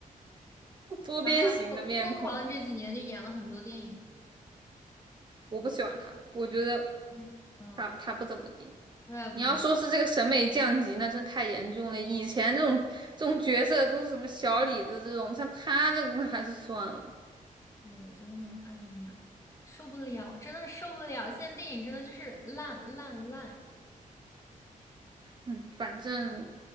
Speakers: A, on the right (about 30°); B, on the left (about 20°).
A: 多边形的面孔，
B: 然后他疯疯狂的这几年就演了很多电影，
A: 我不喜欢他，我觉得
B: 嗯嗯，
A: 他他不怎么地。
B: 我也不行，
A: 你要说是这个审美降级，那真太严重了。以前这种这种角色都是什么小李子这种，像他这个那 <laughs> 还是算了吧。
B: 对，真的，哎呀，受不了，真的受不了！现在电影真的就是烂烂烂，
A: 嗯，反正